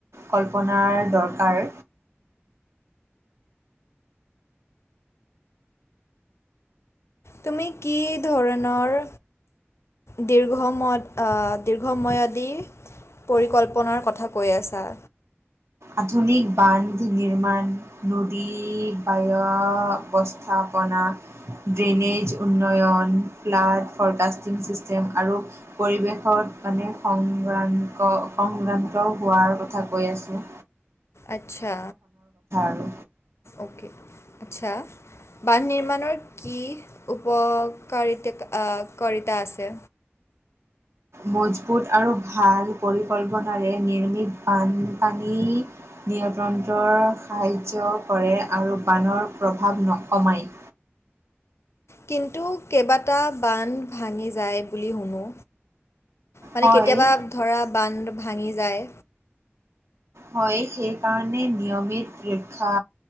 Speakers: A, on the right; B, on the left.
A: কল্পনাৰ দৰকাৰ।
B: তুমি কি ধৰণৰ দীৰ্ঘময়ত, দীৰ্ঘময়দি পৰিকল্পনাৰ কথা কৈ আছা।
A: আধুনিক বান্ধ নিৰ্মাণ। নদী, বায়ু, অস্থাপনা। ড্ৰেইনেজ উন্নয়ন, ফ্লাড ফৰকাষ্টিং ছিষ্টেম আৰু পৰিৱেশত মানে সংক্ৰান্ত, সংক্ৰান্ত হোৱাৰ কথা কৈ আছে।
B: আচ্ছা
A: আৰু।
B: অ'কে আচ্ছা। বান্ধ নিৰ্মাণৰ কি উপকাৰি-কাৰিতা আছে?
A: মজবুত আৰু ভাল পৰিকল্পনাৰে নিৰ্মিত বানপানী নিয়ন্ত্ৰণৰ সাহাৰ্য কৰে আৰু বানৰ প্ৰভাৱ নকমায়।
B: কিন্তু কেইবাটা বান্ধ ভাঙি যায় বুলি শুনো। মানে
A: হয়,
B: কেতিয়াবা ধৰা বান্ধ ভাঙি যায়।
A: হয়, সেইকাৰণে নিয়মিত ৰক্ষা